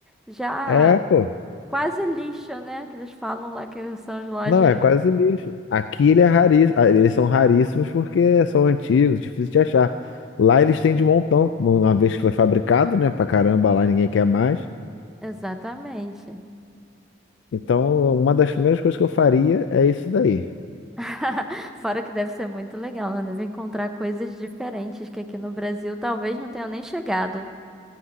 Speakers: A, in the centre; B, on the left.
A: já
B: é, pô.
A: quase lixo, né? Que eles falam lá que são as lojas.
B: Não, é quase lixo. Aqui ele é raríssimo, eles são raríssimos porque são antigos, difícil de achar. Lá eles têm de montão, uma vez que foi fabricado, né? Pra caramba, lá ninguém quer mais.
A: Exatamente.
B: Então, uma das primeiras coisas que eu faria é isso daí.
A: <laughs> Fora que deve ser muito legal, né? Deve encontrar coisas diferentes que aqui no Brasil talvez não tenham nem chegado.